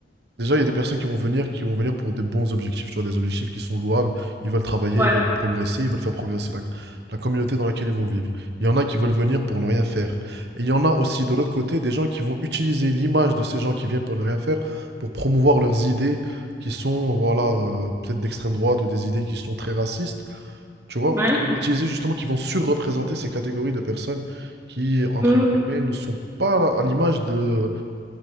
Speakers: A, on the right; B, on the right.
A: Déjà, il y a des personnes qui vont venir, qui vont venir pour des bons objectifs, tu vois, des objectifs qui sont louables. Ils veulent travailler,
B: Ouais.
A: ils veulent progresser, ils veulent faire progresser la, la communauté dans laquelle ils vont vivre. Il y en a qui veulent venir pour ne rien faire. Et il y en a aussi, de l'autre côté, des gens qui vont utiliser l'image de ces gens qui viennent pour ne rien faire pour promouvoir leurs idées qui sont, voilà, euh, peut-être d'extrême droite ou des idées qui sont très racistes, tu vois,
B: Ouais.
A: qui vont utiliser justement, qui vont surreprésenter ces catégories de personnes qui, entre
B: Mhm.
A: guillemets, ne sont pas à l'image de